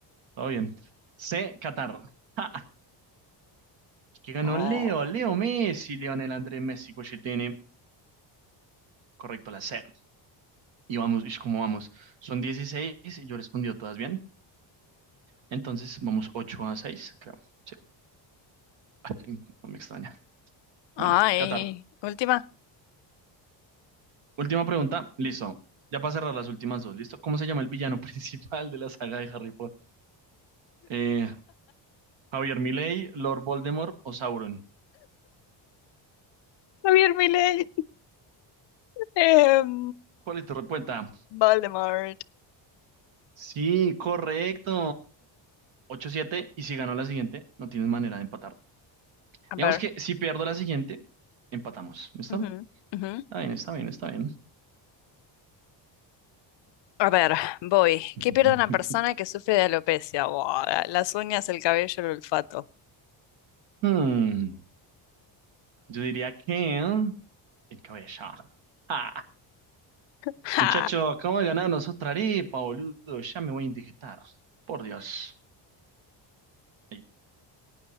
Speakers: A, on the right; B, on the left.
A: todo bien. C, Qatar. <laughs> que ganó
B: Oh.
A: Leo, Leo Messi, Leonel Andrés Messi tiene correcto la C. Y vamos, y cómo vamos. Son 16 y yo he respondido todas bien. Entonces vamos 8 a 6, creo. Sí, sí, no me extraña.
B: Ay,
A: Bueno, Qatar,
B: última.
A: última pregunta, listo. Ya para cerrar las últimas dos, ¿listo? ¿Cómo se llama el villano <laughs> principal de la saga de Harry Potter? Eh, Javier Milei, Lord Voldemort o Sauron.
B: Javier Milei. <laughs> Em,
A: ¿Cuál es tu respuesta?
B: Voldemort.
A: Sí, correcto. Ocho siete y si ganó la siguiente, no tienes manera de empatar.
B: A ver.
A: Digamos que si pierdo la siguiente, empatamos. ¿Listo?
B: Ujú, ujú.
A: Está bien, está bien, está bien.
B: A ver, voy.
A: <laughs>
B: ¿Qué pierde una persona que sufre de alopecia? Buah, las uñas, el cabello, el olfato.
A: Hmm, yo diría que el cabeza. Ah,
B: ¡Ja!
A: muchacho, acabo de ganarnos otra arepa, boludo. Ya me voy a indigestar. Por Dios. Ay,